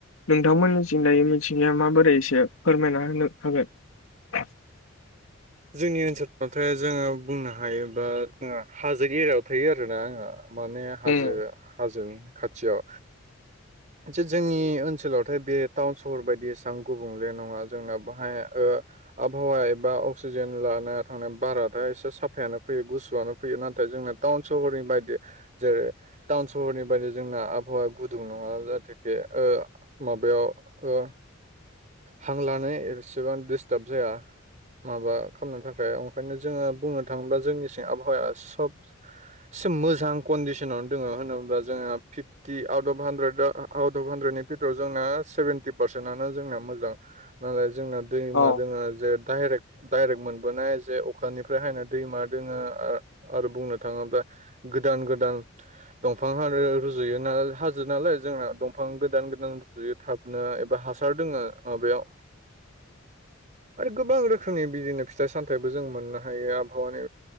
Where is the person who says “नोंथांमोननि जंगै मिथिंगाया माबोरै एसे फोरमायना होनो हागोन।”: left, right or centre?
Left